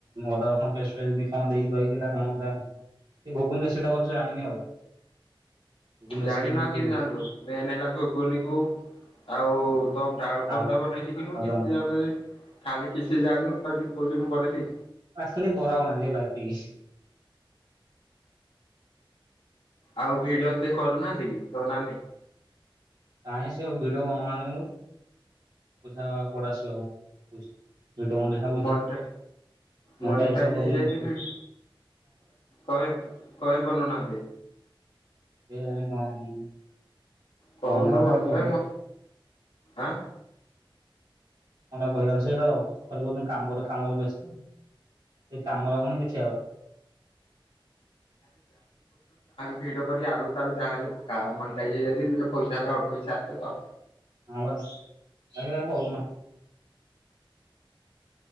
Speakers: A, on the right (about 65°); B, on the left (about 75°).
A: ଅଦାରସୁଣ ପେଷ୍ଟ କଣଦେଇ ଦେଇକି କଣ ଏ ଘୁଗୁନି ଦେ ସେଟା ଭଲସେ ଚ୍ଚାଣିନି ଆଉ। ଘୁଗୁନି ରେସିପି
B: ଜାଣିନ
A: କେମିତି
B: କେ ଜାଣିଲୁ ମେନ ନେଲା ଗୁଗୁନି କୁ। ଆଉ ଦମଟା ଆଳ ଦମ
A: ଆଳୁ
B: ଟା ବନେଇସ କିିନୁ
A: ଆଳୁଦମ୍
B: କିଛି <inaudible> ଖାଲି କିଛି ଜାଣିନୁ ଖାଲି କହୁଚୁ ମୁଁ କରିବି।
A: ଆଖଲି ବୋରାଉ ନାଝ ଲାଗତି <inaudible>
B: ଆଉ ଭିଡିଓ ସେ କରୁନାହାନ୍ତି କି ତୋ ନାନୀ?
A: କାହିଁ ସେ ଭିଡ ବନଉନାହା ସେ ପଢା ଝିଅ। <inaudible> ପଇସା
B: ମନିଟା ମନିଟାଇଜ
A: ମଟା ଆସନ ପକେଇକି
B: ହେଇଯାଇଛି ଭିଡି
A: <inaudible>
B: କବେ କବେ ବନୁନା।
A: <unintelligible>
B: କହୁନୁ
A: ବନ୍ୟା କଥା
B: ଭଲ
A: ଖାଲି କହୁଛନ୍ତି
B: ମ ଆଁ।
A: ମ ବହି ଆସ ର ଘ କହୁ କାମରେ କାମରେ ବ୍ୟସ୍ତ ଏ କାମରକୁ ଦେଖିବା କଥା।
B: ଭିଡ କରି ଆଳୁ ସରୁ ଯାହାହଲେ ମ ପଇସା ହେଲେ ଅଳ୍ପ କିଇଛି ଆସେ ତ?
A: ହଁ ପରା ତା କହୁଉନା।